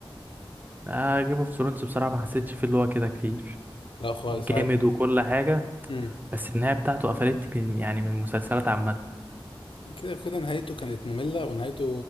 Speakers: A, on the right (about 20°); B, on the left (about 65°).
A: آه جيم اوف ثرونز بصراحه ما حسيتش فيه اللي هو كده كتير
B: لا خالص
A: جامد
B: عايز
A: وكل حاجه
B: امم
A: بس النهاية بتاعته قفلت بين- يعني من المسلسلات عامة
B: كده كده نهايته كانت ممله ونهايته